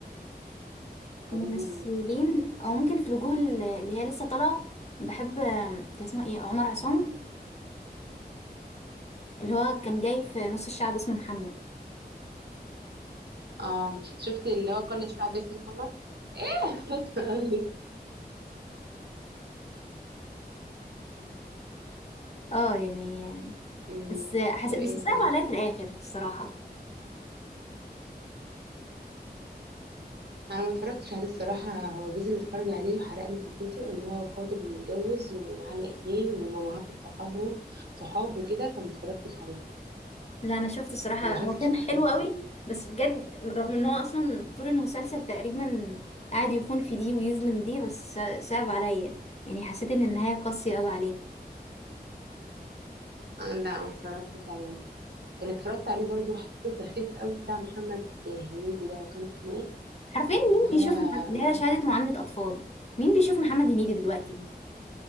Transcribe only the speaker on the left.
ممثلين
او ممكن في الوجوه ال- اللي هي لسه طالعة بحب آم، كان اسمه ايه عمر عصام اللي هو كان جاي في نص الشعب اسمه محمد
اه يعني
بس حس...
بس
صعب
عليا في الاخر الصراحه
لا انا شفت الصراحه
هو كان
حلو قوي بس بجد رغم ان هو اصلا طول المسلسل تقريبا قاعد يخون في دي ويظلم دي بس صعب عليا يعني حسيت ان النهايه قاسيه قوي عليه
عارفين مين
بيشوف مح... اللي
هي شهاده معامله اطفال مين بيشوف محمد هنيدي دلوقتي